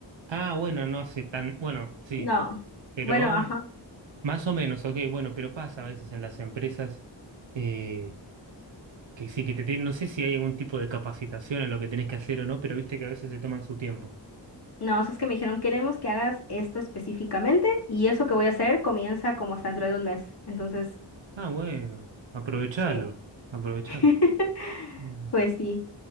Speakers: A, on the right; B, on the left.
A: Ah, bueno, no hace tan, bueno, sí,
B: No.
A: pero
B: Bueno, ajá.
A: más o menos, ok, bueno, pero pasa a veces en las empresas eh, que sí, que te tienen, no sé si hay algún tipo de capacitación en lo que tenés que hacer o no, pero viste que a veces se toman su tiempo.
B: No, o sea, es que me dijeron, queremos que hagas esto específicamente y eso que voy a hacer comienza como hasta dentro de un mes. Entonces,
A: Ah, bueno, aprovechalo,
B: sí.
A: aprovechalo.
B: <laughs>
A: Mm,
B: Pues sí,